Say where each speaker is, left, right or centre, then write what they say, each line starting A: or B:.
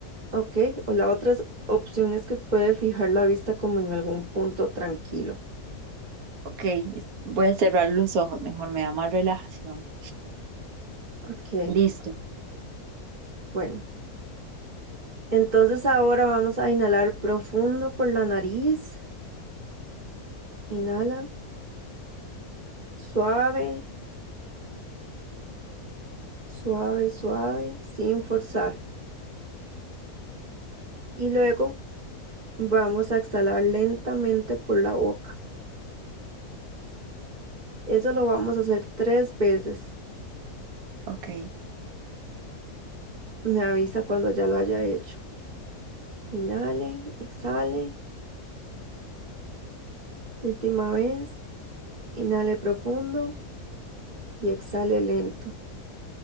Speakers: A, on the right; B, on the right.
A: ok, o la otra es- opción es que puede fijar la vista como en algún punto tranquilo.
B: Ok, es- voy a cerrar los ojos, mejor me da más relajación.
A: Ok,
B: Listo.
A: bueno. Entonces ahora vamos a inhalar profundo por la nariz. Inhala, suave, suave, suave, sin forzar. Y luego vamos a exhalar lentamente por la boca. Eso lo vamos a hacer tres veces.
B: Ok,
A: Me avisa cuando ya lo haya hecho. Inhale, exhale. Última vez. Inhale profundo y exhale lento.